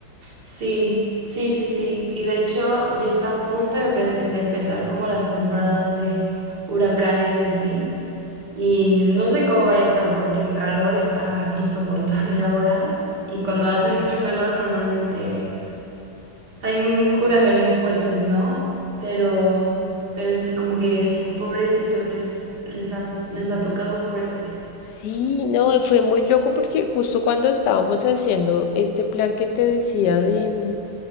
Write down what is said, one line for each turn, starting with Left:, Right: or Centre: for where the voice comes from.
Right: Sí, sí, sí, sí. Y de hecho ya está a punto de, empe- de empezar como las temporadas de huracanes y así. Y no sé cómo vaya a estar porque el calor está <laughs> insoportable ahora. Y cuando
Left: Claro.
Right: hace mucho calor normalmente hay mm, huracanes fuertes, ¿no? Pero, pero sí, como que pobrecito les, les han- les ha tocado fuerte.
Left: Sí, no, fue muy loco porque justo cuando estábamos haciendo este plan que te decía de, mm,